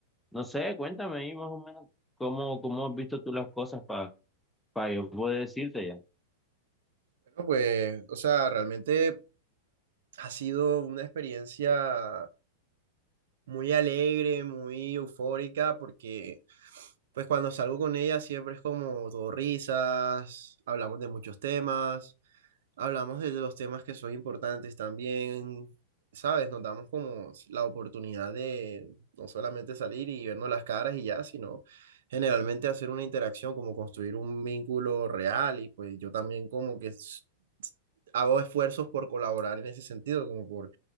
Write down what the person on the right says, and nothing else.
Bueno, pues, o sea, realmente ha sido una experiencia muy alegre, muy eufórica, porque pues cuando salgo con ella siempre es como todo risas, hablamos de muchos temas, hablamos de los temas que son importantes también, ¿sabes? Nos damos como la oportunidad de no solamente salir y vernos las caras y ya, sino generalmente hacer una interacción, como construir un vínculo real y pues yo también como que s- hago esfuerzos por colaborar en ese sentido, como por,